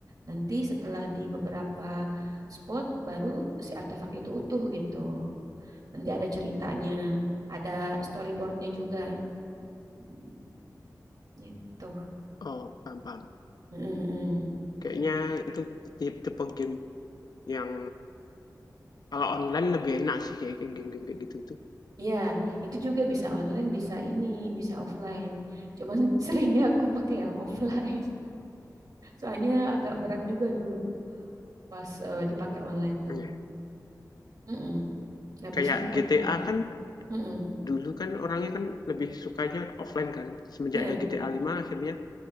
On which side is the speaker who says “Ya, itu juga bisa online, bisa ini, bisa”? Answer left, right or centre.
Right